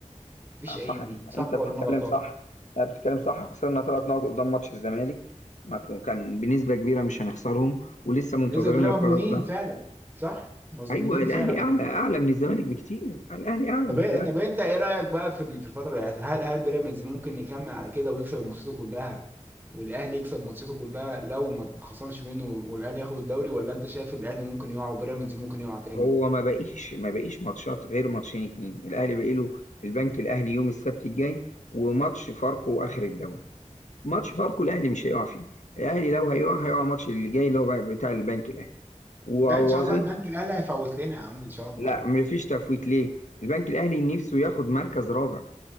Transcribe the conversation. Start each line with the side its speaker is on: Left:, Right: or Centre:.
Right: مفيش اي
Left: صح
Right: جديد صح
Left: انت
Right: ولا
Left: بتتكلم
Right: انا غلطان
Left: صح لا بتتكلم صح خسرنا ثلاث نقط قدام ماتش الزمالك ما كو- كان بنسبة كبيرة مش هنخسرهم ولسه منتظرين
Right: بنسبه كبيره
Left: القرار
Right: مضمونين
Left: ده
Right: فعلا صح مضمونين
Left: ايوه الاهلي
Right: فعلا
Left: اعلى اعلى من الزمالك بكتير الاهلي اعلى
Right: طب
Left: من
Right: إيه-
Left: الزمالك
Right: طب انت ايه رايك بقى في ال- في الفتره اللي هتحصل؟ هل هل بيراميدز ممكن يكمل على كده ويكسب ماتشاته كلها والاهلي يكسب ماتشاته كلها لو ما اتخصمش منه والاهلي ياخد الدوري ولا انت شايف الاهلي ممكن يقع وبيراميدز ممكن يقع تاني
Left: هو ما بقيش ما بقيش ماتشات غير ماتشين اتنين الاهلي بقي له البنك الاهلي يوم السبت الجاي وماتش فاركو اخر الدوري ماتش فاركو الاهلي مش هيقع فيه الاهلي لو هيقع هيقع الماتش اللي جاي اللي هو بتاع البنك الاهلي واظن
Right: ده ان شاء الله البنك الاهلي هيفوت لنا يا عم ان شاء الله
Left: لا مفيش تفويت ليه البنك الاهلي نفسه ياخد مركز رابع